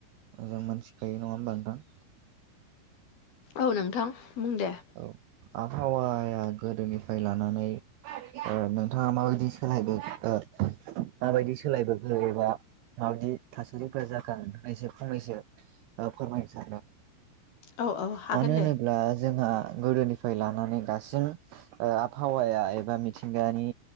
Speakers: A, on the right; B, on the left.
A: जों मोनथिखायो नङा होमबा नोंथां?
B: औ नोंथां बुं दे।
A: औ आबहावाया गोदोनिफ्राय लानानै ओ नोंथाङा माबायदि सोलायबो ओ माबायदि सोलायबोखो एबा <unintelligible> माबायदि थासारिफोरा जाखो होननानै ससे फंनैसो फोरमायनो सानदों।
B: औ औ हागोन
A: मानो होनोब्ला
B: दे
A: जोंहा गोदोनिफ्राय लानानै दासिम ओ आबहावाया एबा मिथिंगानि